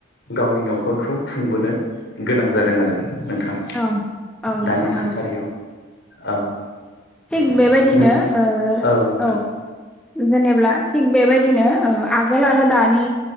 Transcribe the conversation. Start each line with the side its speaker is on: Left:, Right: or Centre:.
Left: गावनि न'खरखौ खुंबोनो गोनां जादों आरो नोंथां
Centre: औ औ नोंथां
Left: दानि
Centre: नंगौ
Left: थासारियाव औ
Centre: थिग बेबायदिनो
Left: नों
Centre: ओ
Left: औ नोंथां
Centre: औ जेनेब्ला थिग बेबायदि बिदिनो आगोल आरो दानि